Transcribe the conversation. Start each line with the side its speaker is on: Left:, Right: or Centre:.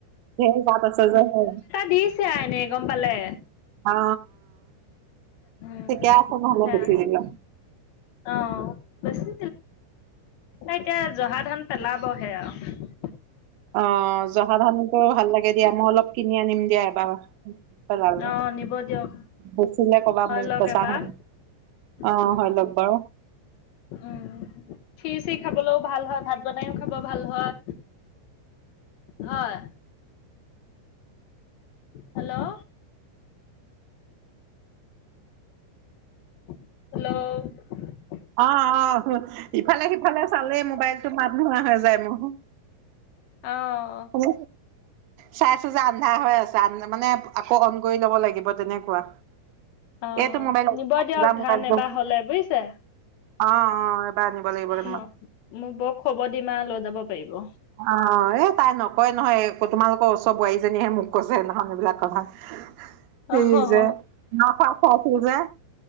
Right: ধেৰ গাত আছে যে হ
Left: দিছো এনেই গম পালে
Right: অ
Left: উম
Right: ঠিকে আছে নহ'লে
Left: হে
Right: বেছি দিলে
Left: অ বছি এতিয়া জহা ধান পেলাবহে আৰু
Right: অ জহা ধান টো ভাল লাগে দিয়া মই অলপ কিনি আনিম দিয়া এবাৰাল
Left: অ', নিব দিয়ক
Right: বচিলে কবা
Left: হৈ
Right: মোক
Left: লওক
Right: বচা
Left: এবাৰ।
Right: শুন আহ
Left: উম,
Right: হয় লাগা
Left: উম খি চি খাবলৈও ভাল হয় ভাত বনাইও খাব ভাল হয় হয় হেল্ল' হেল্ল'
Right: অ অ ইফালে সিফালে চালেই মোবাইলটো মাত নোহোৱা হৈ যায় মোৰ
Left: অ'।
Right: অব চাইছো যে আন্ধা হৈ আছে আ মানে আকৌ অন কৰি ল'ব লাগিব তেনেকুৱা
Left: অ
Right: এইটো মোবাইল
Left: নিব দিয়ক
Right: মবাইল
Left: ধান এবাৰ
Right: অ
Left: হলে বুজিছে
Right: অ এই পনিিব লাগিবা
Left: ম মোৰ বৌক খবৰ দিমা লৈ যাব পাৰিব
Right: অ এ তাই নকয় নহয় তোমালোকৰ ওচৰ বোৱাৰীজনীহে মোক কৈছে ননাহখন এইবিলাক থা স
Left: অহ
Right: যে
Left: অ
Right: ন খোৱা খোৱাছিল যে